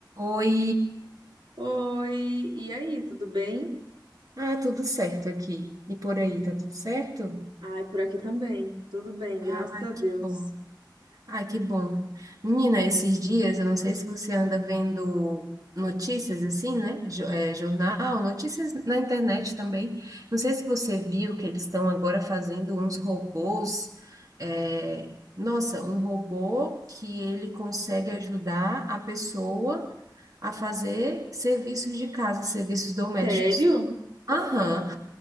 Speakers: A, on the right; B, on the right.
A: Oi!
B: Oi, e aí, tudo bem?
A: Ah, tudo certo aqui. E por aí, tá tudo certo?
B: Ai, por aqui também, tudo bem,
A: Ah,
B: graças a Deus.
A: que bom. Ah, que bom. Menina, esses dias, eu não sei se você anda vendo notícias assim, né? Jo- é, jornal, notícias na internet também. Não sei se você viu que eles estão agora fazendo uns robôs. é, Nossa, um robô que ele consegue ajudar a pessoa a fazer serviços de casa, serviços domésticos.
B: Sério?
A: Aham,